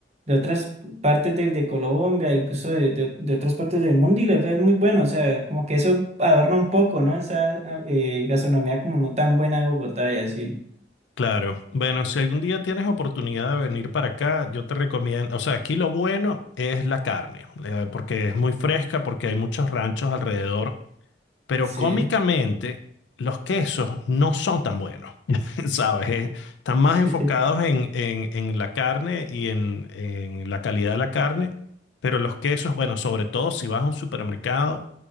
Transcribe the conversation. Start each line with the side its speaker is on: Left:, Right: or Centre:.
Right: de otras partes de, de Colombia, incluso de, de- de otras partes del mundo, y la verdad es muy bueno, o sea, como que eso adorna un poco, ¿no? Esa ah, eh, gastronomía como no tan buena de Bogotá y así.
Left: claro. Bueno, si algún día tienes oportunidad de venir para acá, yo te recomiendo, o sea, aquí lo bueno es la carne, eh, porque es muy fresca, porque hay muchos ranchos alrededor, pero
Right: Sí.
Left: cómicamente los quesos no son tan buenos, <laughs> ¿sabes? Eh, Están más
Right: <laughs>
Left: enfocados en, en, en la carne y en, en la calidad de la carne, pero los quesos, bueno, sobre todo si vas a un supermercado,